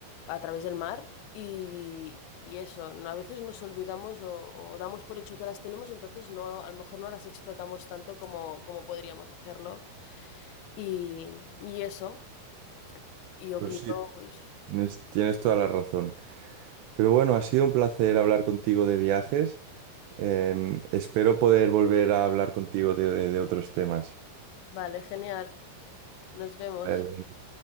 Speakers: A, on the left; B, on the right.
A: a través del mar. Y, y eso, no- a veces nos olvidamos o, o damos por hecho que las tenemos, entonces no, a lo mejor no las explotamos tanto como, como podríamos hacerlo. Y, y eso, y opino,
B: Pues sí,
A: pues,
B: tienes, tienes toda la razón. Pero bueno, ha sido un placer hablar contigo de viajes. Em, espero poder volver a hablar contigo de, de- de otros temas.
A: vale, genial, nos vemos.
B: Vale.